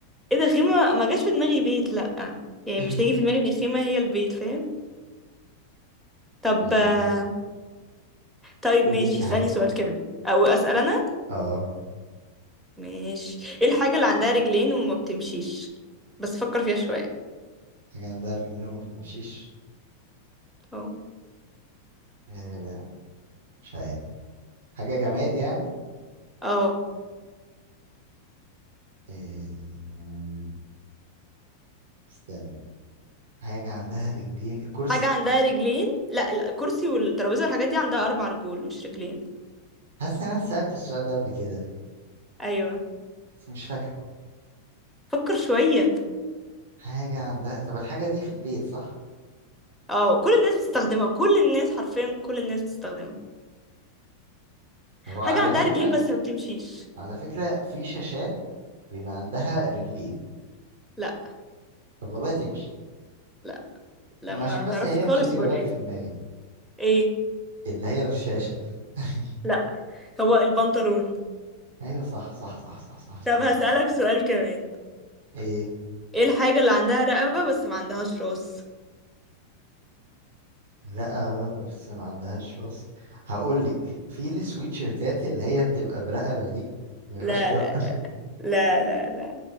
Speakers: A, in the centre; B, on the right.
A: ايه ده الخيمة ما جاش في دماغي بيت لأ يعني
B: <laughs>
A: مش هيجي في دماغي ان الخيمة هي البيت فاهم طب
B: آه،
A: آه، طيب
B: قولي
A: ماشي
B: انت حاجة
A: اسألني سؤال كمان او اسأل انا
B: اه
A: ماشي ايه الحاجة اللي عندها رجلين وما بتمشيش بس فكر فيها شوية
B: حاجة عندها رجلين وما بتمشيش
A: اه
B: آه، مش عارف حاجة جماد يعني
A: اه
B: آه، استنى حاجة عندها رجلين الكرسي
A: حاجة عندها رجلين لا لا، الكرسي والترابيزة والحاجات دي عندها اربع رجول مش رجلين
B: حاسس إن أنا سألت السؤال ده قبل كده
A: ايوه
B: بس مش فاكره
A: فكر شوية
B: حاجة عندها طب الحاجة دي في البيت صح؟
A: اه كل الناس بتستخدمها كل الناس حرفيا كل الناس بتستخدمها
B: طب على
A: حاجة عندها
B: فكرة
A: رجلين بس ما بتمشيش
B: على فكرة في شاشات بيبقى عندها رجلين
A: لا
B: طب والله تمشي
A: لا لما
B: ما عشان بس
A: تعرفش
B: هي
A: خالص
B: مش الإجابة
A: قولي
B: اللي في دماغي
A: ايه
B: اللي هي الشاشة <laughs>
A: لا هو البنطلون
B: أيوة صح صح صح صح صح افتكرت
A: طب هسألك سؤال كمان
B: إيه
A: ايه الحاجة اللي عندها رقبة بس ما عندهاش راس
B: رقبة بس ما عندهاش راس هقول لك في السويت شيرتات اللي هي بتبقى برقبة دي ما بيبقاش
A: لا
B: ليها
A: لا
B: <laughs>
A: لا لا لا لا لا